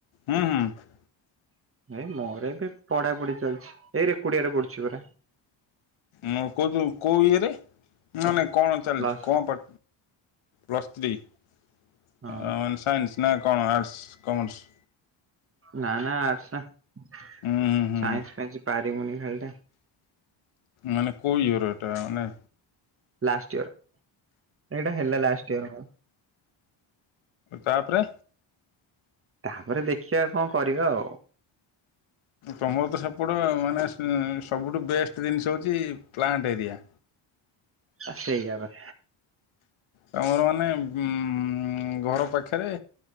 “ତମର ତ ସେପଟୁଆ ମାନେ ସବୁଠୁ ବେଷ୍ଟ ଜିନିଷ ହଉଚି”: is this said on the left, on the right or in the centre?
Left